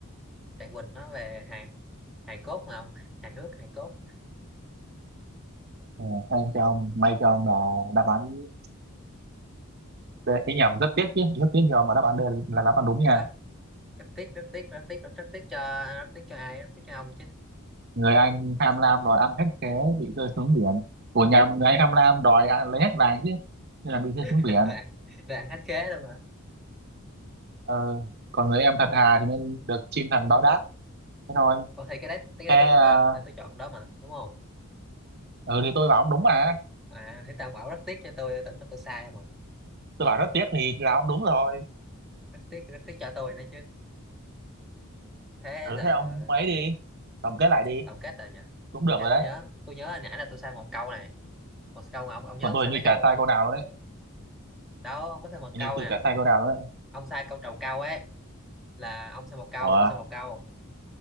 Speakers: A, in the centre; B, on the right.
A: trạng quỳnh nó về hài hài cốt mà không hài hước hài cốt
B: Ừ, hay cho ông, may cho ông là đáp án D. Ý nhầm, rất tiếc chứ, rất tiếc cho ông mà đáp án D là đáp án đúng nha.
A: Ơ, rất tiếc rất tiếc rất tiếc rất, rất tiếc cho rất tiếc cho ai rất tiếc cho ông chứ
B: người anh tham lam đòi ăn hết thế bị rơi xuống biển của nhà người anh tham lam đòi ăn, lấy hết vàng chứ nên là bị rơi
A: <laughs>
B: xuống biển
A: rồi ăn rồi ăn hết khế luôn mà
B: ờ, còn người em thật thà thì nên được chim thần báo đáp thế thôi
A: ồ thì cái đấy cái đấy
B: thế à,
A: tôi đúng mà nãy tôi chọn đó mà đúng không
B: ừ thì tôi bảo ông đúng mà
A: à thì tao bảo rất tiếc cho tôi tôi tưởng là tôi sai mà
B: tôi bảo rất tiếc thì là ông đúng rồi
A: rất tiếc rất tiếc cho tôi nữa chứ thế
B: thử
A: giờ
B: thế ông ấy đi tổng kết lại đi
A: tổng kết rồi nhỉ
B: cũng được
A: theo
B: rồi đấy
A: tôi nhớ tôi nhớ hồi nãy là tôi sai một câu này một câu mà ông ông nhớ
B: còn
A: ông
B: tôi
A: sai
B: hình
A: mấy
B: như
A: câu
B: chả sai
A: không không
B: câu nào luôn đấy
A: đó ông có thêm một
B: hình
A: câu
B: như tôi
A: nè
B: chả sai câu nào luôn đấy
A: ông sai câu trầu cau ấy là ông sai một câu
B: ủa
A: tôi sai một câu